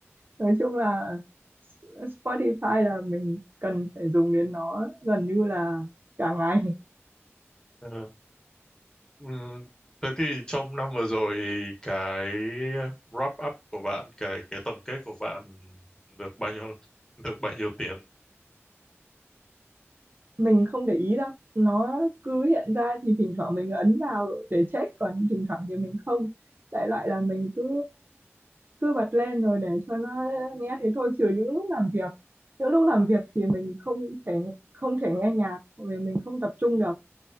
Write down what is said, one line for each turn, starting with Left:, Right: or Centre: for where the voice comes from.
Right: nói chung là Spotify là mình cần phải dùng đến nó gần như là cả ngày
Left: Ờ, ừm, thế thì trong năm vừa rồi cái ờ, wrap up của bạn, cái cái tổng kết của bạn được bao nhiêu <laughs> được bao nhiêu tiếng?
Right: mình không để ý đâu nó cứ hiện ra thì thỉnh thoảng mình ấn vào để check còn thỉnh thoảng thì mình không đại loại là mình cứ cứ bật lên rồi để cho nó nghe thế thôi trừ những lúc làm việc những lúc làm việc thì mình không thể không thể nghe nhạc vì mình không tập trung được